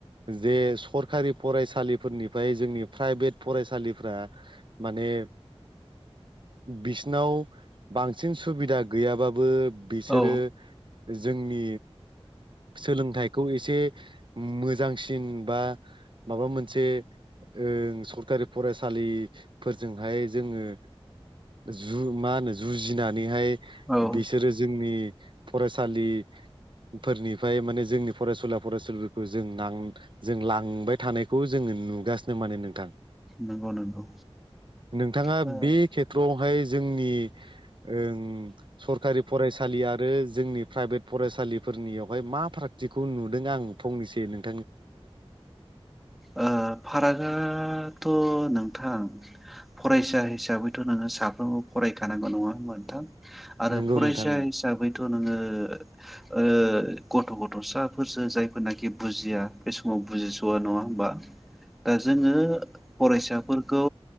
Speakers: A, on the right; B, in the centre.
A: जे सरखारि फरायसालिफोरनिफ्राय जोंनि प्राइभेट फरायसालि फ्रा माने बिसिनाव बांसिन सुबिदा गैयाबाबो बिसोरो
B: औ
A: जोंनि सोलोंथाइखौ एसे मोजांसिन बा माबा मोनसे ओं सरकारि फरायसालिफोरजोंहाय जोङो जु मा होनो जुजिनानैहाय
B: औ
A: बिसोरो जोंनि फरायसालि फोरनिफ्राय माने जोंनि फरायसुला फरायसुलिफोरखौ जों नां जों लांबाय थानायखौ जोङो नुगासिनो माने नोंथां।
B: नंगौ नंगौ
A: नोंथाङा
B: उम
A: बे खेथ्रआवहाय जोंनि ओं सरकारि फरायसालि आरो जोंनि प्राइभेट फरायसालिफोरनियावहाय मा फारागथिखौ नुदों आं फंनैसो नों
B: ओ फारागाथ' नों थां फरायसा हिसाबैथ' नोङो साफ्रोमबो फरायखानांगौ नङा नोंथां? आरो
A: नोंगौ
B: फरायसा
A: नोंथां
B: हिसाबैथ' नोङो ओ गथ' गथ'साफोरसो जायफोरनाखि बुजिया बे समाव बुजिस'आ नङा होमबा ओ जोङो फरायसाफोरखौ